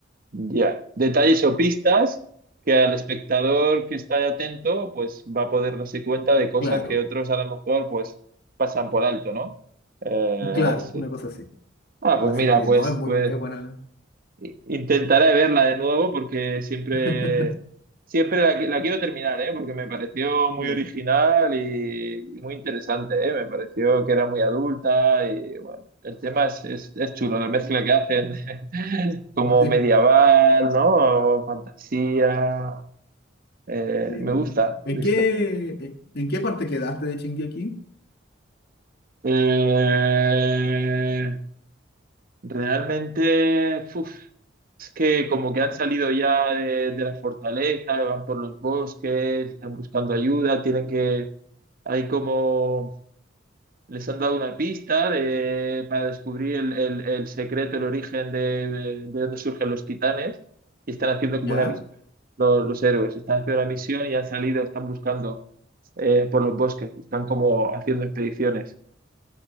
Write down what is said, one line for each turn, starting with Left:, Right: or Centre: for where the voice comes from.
Right: Ya, detalles o pistas que al espectador que está atento, pues va a poder darse cuenta de cosas
Left: Claro,
Right: que otros a lo mejor pues pasan por alto, ¿no? Eh,
Left: claro,
Right: sí.
Left: una cosa así.
Right: Ah, pues
Left: Así
Right: mira,
Left: que
Right: pues,
Left: no, es muy
Right: pues
Left: es buena.
Right: i- intentaré verla de nuevo porque siempre,
Left: <laughs>
Right: siempre la, qui- la quiero terminar, ¿eh? Porque me pareció muy
Left: Ya,
Right: original y muy interesante, ¿eh? Me pareció que era muy adulta y bueno, el tema es, es, es chulo, la mezcla que hacen como
Left: Sí,
Right: medieval,
Left: sí,
Right: ¿no? O fantasía. eh,
Left: es muy
Right: me
Left: buena.
Right: gusta,
Left: ¿En
Right: listo.
Left: qué, en qué parte quedaste de Shingeki?
Right: Eh, realmente, uf, es que como que han salido ya de, de la fortaleza, van por los bosques, están buscando ayuda, tienen que, hay como Les han dado una pista de- para descubrir el, el- el secreto, el origen de, de dónde surgen los titanes y están haciendo como
Left: Ya,
Right: una misión. Los, los héroes están haciendo una misión y han salido, están buscando eh, por los bosques, están como haciendo expediciones,